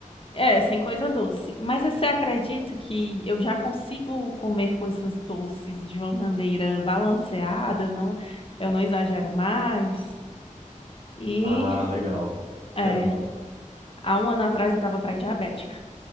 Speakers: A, on the left; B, on the right.
A: É, sem coisa doce. Mas você acredita que eu já consigo comer coisas doces de uma maneira balanceada, não? Eu não exagero mais. E,
B: Ah, legal. Isso
A: é,
B: é bom.
A: há um ano atrás eu estava pré-diabética.